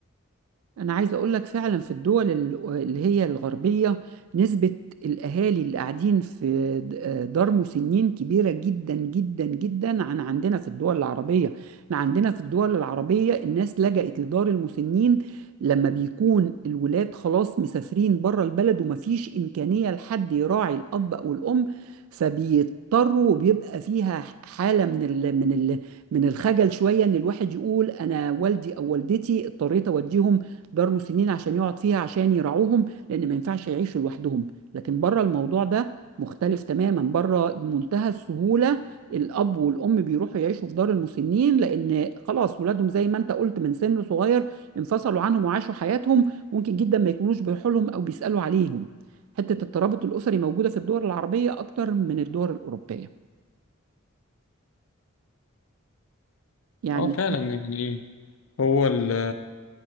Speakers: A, on the right; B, on the left.
A: أنا عايزة أقول لك فعلا في الدول ال- اللي هي الغربية نسبة الأهالي اللي قاعدين في د- دار مسنين كبيرة جدا جدا جدا عن عندنا في الدول العربية احنا عندنا في الدول العربية الناس لجأت لدار المسنين لما بيكون الولاد خلاص مسافرين بره البلد ومفيش إمكانية لحد يراعي الأب أو الأم فبيضطروا وبيبقى فيها حالة من ال من ال من الخجل شوية إن الواحد يقول أنا والدي أو والدتي اضطريت أوديهم دار مسنين عشان يقعد فيها عشان يرعوهم لان ما ينفعش يعيشوا لوحدهم لكن بره الموضوع ده مختلف تماما بره بمنتهى السهولة الأب والأم بيروحوا يعيشوا في دار المسنين لأن خلاص ولادهم زي ما أنت قلت من سن صغير انفصلوا عنهم وعاشوا حياتهم ممكن جدا ما يكونوش بيروحوا لهم أو بيسألوا عليهم حتة الترابط الأسري موجودة في الدول العربية أكتر من الدول الأوروبية يعني
B: اه فعلا يعني هو ال-